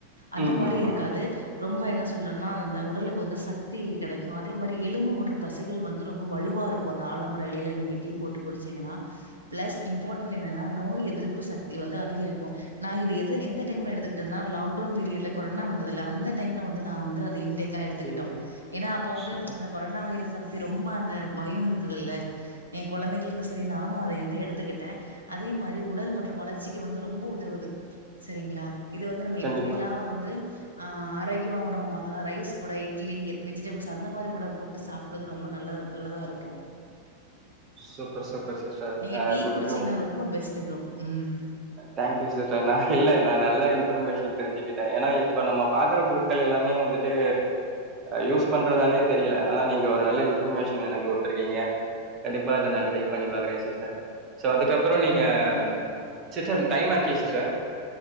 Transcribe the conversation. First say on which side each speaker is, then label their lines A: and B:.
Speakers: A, on the right; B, on the right.
A: அந்த
B: ம்,
A: மாறி
B: ம். ஆமா.
A: இருக்காது ரொம்ப என்ன சொல்றோன்னா அந்த உடலுக்கு வந்து சக்தி கிடைக்கு அதே மாறி எலும்பு மற்றும் தசைகள் வந்து ரொம்ப வலுவா இரு க்கு அந்த ஆலமர இலையில நீங்க டீ போட்டு குடிச்சிங்கன்னா ப்ளஸ் இம்பார்ட்டண்ட் என்னென்னா நோய் எதிர்ப்பு சக்தி வந்து அதிகரிக்கு நா இது எது எந்த டைம்ல எடுத்துக்கிட்டேன லாக்டவுன் பீரியட்ல கொரோனா வந்ததுல்ல அந்த டைம்ல வந்து நா வந்து அது க்கா எடுத்துக்கிட்டோ
B: ஓகே, ஓகே.
A: ஏன்னா அப்போ வந்து
B: சூப்பர்.
A: அந்த கொரோனா வைரஸ்ச பத்தி ரொம்ப அந்த பயம் இருந்தது இல்ல என் குழந்தைகளுக்கு சேரி நானு அத இருந்து எடுத்துக்கிட்டே அதே மாறி உடல் மற்றும் வளர்ச்சிக்கு வந்து ரொம்ப உதவுது சரிங்களா இது வந்து நம்ம
B: கண்டிப்பா.
A: எப்புடிலா வந்து ஆ ஆரோக்கிய உணவு மாதிரா ரைஸ் கூட இட்லி எ வெஜிடபிள்ஸ் அந்த மாறி கூட போட்டு சாப் புறது ரொம்ப நல்ல நல்லா தா இருபோ
B: சூப்பர் சூப்பர் சிஸ்டர்
A: நீங்க
B: அ
A: டீ
B: குட்
A: குடிச்சிங்ன்னா
B: டு
A: ரொம்ப பெஸ்ட் ப்ரோ ம்
B: தேங்க்யூ சிஸ்டர் நா இல்ல நா நல்ல இன்ஃபர்மேஷன் தெரிஞ்சுகிட்ட ஏனா இப்ப நம்ம பாக்குற பொரு ட்கள் எல்லாமே வந்துட்டு யூஸ் பண்றதானே தெரியல ஆனா நீங்க ஒரு நல்ல இன்ஃபர்மேஷன் எனக்கு குடுத்துருக்கிங்க கண்டிப்பா இத நா ட்ரை பண்ணி பாக்குறே சிஸ்டர் சோ அதுக்கப்பற நீங்க
A: கண்டிப்பா கண்டிப்பா
B: சிஸ்டர் டைம் ஆச்சு சிஸ்டர்